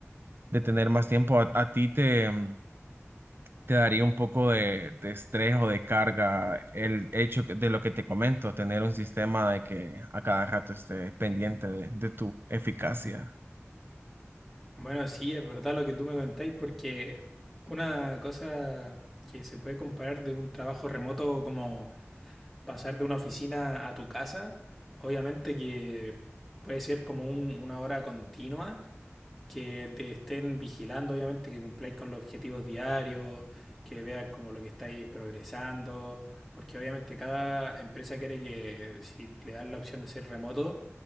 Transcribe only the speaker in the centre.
Bueno, sí, es verdad lo que tú me contáis porque una cosa que se puede comparar de un trabajo remoto como pasar de una oficina a tu casa, obviamente que puede ser como un- una hora continua, que te estén vigilando, obviamente, que cumpláis con los objetivos diarios, que vean como lo que estáis progresando, porque obviamente cada empresa quiere que si le dan la opción de ser remoto,